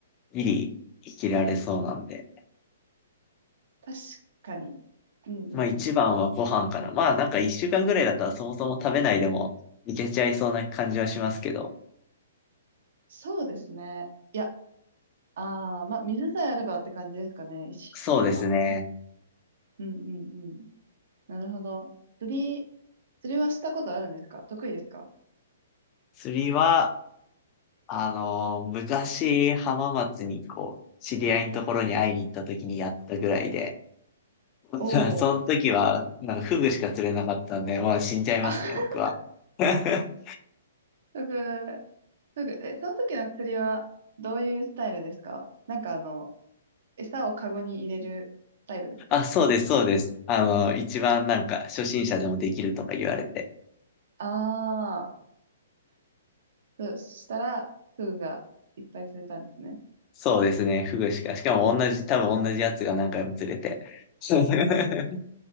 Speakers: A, on the left; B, on the right.
A: ギリ生きられそうなんで。
B: 確かに。うんうんうん。
A: まあ一番はご飯かな。まあなんか一週間ぐらいだったらそもそも食べないでもいけちゃいそうな感じはしますけど。
B: そうですね。いやああ、まあ、水さえあればって感じですかね。一週間。
A: そうですね。
B: うんうんうん。なるほど。釣り、釣りはしたことあるんですか得意ですか
A: 釣りは、あのー昔浜松にこう、知り合いのところに会いに行った時にやったぐらいで。<laughs>
B: おおー。
A: その時は、なんかフグしか釣れなかったんで、まあ死んじゃいますね、
B: あ、<laughs>
A: 僕は。<laughs>
B: すぐ、すぐ、え、その時の釣りはどういうスタイルですかなんかあの、餌をカゴに入れるスタイルですか
A: あ、そうです、そうです。あの、一番なんか初心者でもできるとか言われて。
B: ああー、そしたら、フグがいっぱい釣れたんですね。
A: そうですね。フグしか。<laughs> しかも同じ、多分同じやつが何回も釣れて。<laughs>